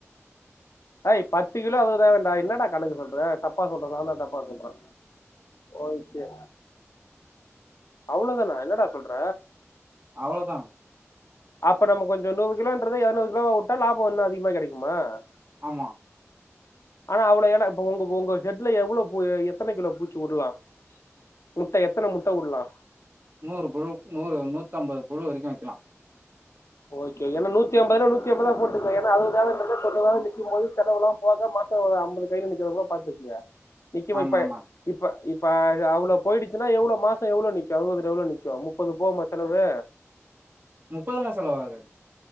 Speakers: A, on the left; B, on the right.
A: ஹேய் பத்து கிலோ அதுதான்டா என்னடா கணக்கு சொல்ற தப்பா சொல்றே நா தா தப்பா சொல்றே ஓகே அவ்ளோதானா என்னடா சொல்ற
B: அவ்ளோதா
A: அப்ப நம்ம கொஞ்சோ நூறு இன்றத எர்நூர் கிலோவா உட்டா லாபம் இன்னூ லாபம் அதிகமா கிடைக்குமா
B: ஆமா
A: <inaudible> ஆனா அவ்ளே எல இப்ப உங்க உங்க ஷெட்ல எவ்வளோ பூ எத்தன கிலோ பூச்சி வுட்லா முட்ட எத்தன முட்ட வுல்லா
B: நூறு புழு நூறு நூத்தம்பது புழு வரைக்கு வக்கலா
A: ஓகே ஏன்ன நூத்தி எம்பதுன்னா நூத்தி எம்பதா போட்டுக்கே ஏன்னா அறுவது தேவ இன்றத தொன்னூரூபாவா நிக்கும் போது செலவுல்லா போக மாசெ கிட்ட ஒரு அம்பது கையில நிக்கிற மாரி பாத்துக்குங்க நிக்கமா
B: ஆமா
A: இப்ப
B: ஆமா
A: இப்ப இப்ப அ அது அவ்ளோ போயிடுச்சுனா எவ்ளோ மாசோ எவ்ளோ நிக்கு அறுவதுல எவ்ளோ நிக்கு முப்பது போமா செலவு
B: முப்பது மண செலவாகாது